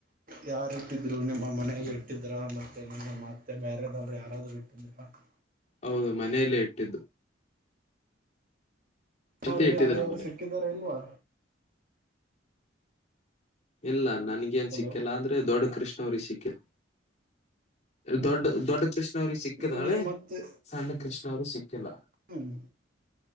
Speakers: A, on the right; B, on the left.
A: ಯಾರ್ ಇಟ್ಟಿದ್ರು ನಿಮ್ಮ ಮನೇೆಯಲ್ಲಿ ಇಟ್ಟಿದ್ರ ಮತ್ತೆ ನಿಮ್ಮ ಮತ್ತೆ ಬೇರೆದವ್ರು ಯಾರ <unintelligible>
B: ಹೌದು ಮನೆಯಲ್ಲೇ ಇಟ್ಟಿದ್ದು ಅಂತ
A: ಅವ್ರಿಗೆ
B: ಇಟ್ಟಿದ್ದ
A: ಅದೇವ್ರು
B: ನಮ್ಮ ಮನೇಲಿ
A: ಸಿಕ್ಕಿದಾರ ಇಲ್ವಾ
B: ಇಲ್ಲ ನನ್ಗೇನ್
A: ಹಲೋ
B: ಸಿಕ್ಕಲ್ಲ ಅಂದ್ರೆ ದೊಡ್ಡ ಕೃಷ್ಣ ಅವ್ರಿಗೆ ಸಿಕ್ಕಲ್ ದೊಡ್ಡ ದೊಡ್ಡ ಕೃಷ್ಣ ಅವ್ರಿಗೆ ಸಿಕ್ಕಿದಾಳೆ
A: ಇಲ್ಲಿ ಮತ್ತೆ
B: ಸಣ್ಣ ಕೃಷ್ಣ ಅವ್ರಿಗೆ ಸಿಕ್ಕ ಸಿಕ್ಕಿಲ್ಲ
A: ಹ್ಮ್